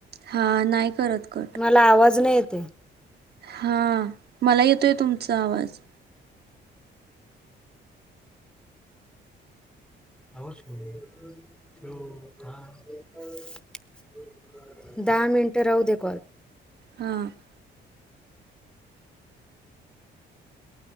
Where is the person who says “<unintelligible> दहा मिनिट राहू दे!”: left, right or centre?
Centre